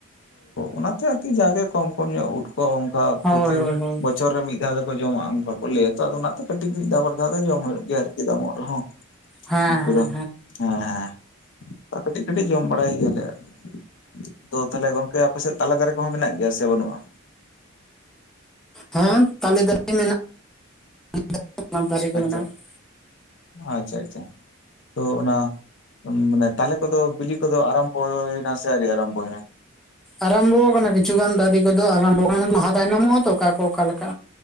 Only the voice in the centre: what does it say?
ᱦᱳᱭ
ᱦᱳᱭ ᱦᱳᱭ
ᱦᱮᱸ
ᱦᱮᱸ
ᱦᱮᱸ, ᱛᱟᱞᱮ ᱫᱟᱨᱮ ᱜᱮ ᱢᱮᱱᱟᱜ-ᱟ <unintelligible> ᱚᱱᱟ ᱫᱟᱨᱮ ᱜᱮ
ᱢᱮᱱᱟᱜ-ᱟ ᱾
ᱟᱨᱟᱢᱵᱚ ᱟᱠᱟᱱᱟ ᱠᱤᱪᱷᱩ ᱫᱟᱨᱤ ᱠᱚᱫᱚ ᱟᱨᱟᱢᱵᱚ ᱟᱠᱟᱱᱟ ᱫᱚ, ᱞᱟᱦᱟ ᱛᱟᱭᱱᱚᱢᱚᱜ-ᱟ ᱛᱚ ᱚᱠᱟ ᱠᱚ ᱚᱠᱟ ᱞᱮᱠᱟ?